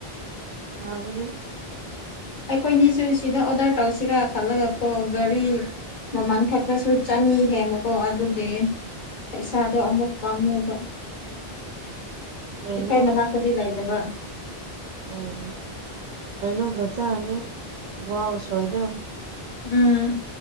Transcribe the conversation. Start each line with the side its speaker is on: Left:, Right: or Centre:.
Right: ꯍꯥꯎꯕꯅꯦ
Left: ꯑꯩꯈꯣꯏꯅꯤꯁꯨ ꯁꯤꯗ ꯑꯣꯗꯔ ꯇꯧꯁꯤꯔꯥ ꯈꯜꯂꯒꯥ ꯀꯣ ꯒꯥꯔꯤ ꯃꯃꯜ ꯈꯛꯇꯁꯨ ꯆꯥꯅꯤ ꯍꯦꯟꯕꯀꯣ ꯑꯗꯨꯒꯤ ꯄꯩꯁꯥꯗꯣ ꯑꯃꯨꯛ ꯄꯥꯝꯃꯨꯕ
Right: ꯀꯩꯅꯣ
Left: ꯑꯩꯈꯣꯏ ꯃꯅꯥꯛꯇꯥꯗꯤ ꯂꯩꯇꯕ
Right: ꯑꯣ ꯀꯩꯅꯣꯒꯥ ꯆꯥꯔꯅꯤ ꯋꯥ ꯎꯁꯣꯏꯗꯣ
Left: ꯎꯝ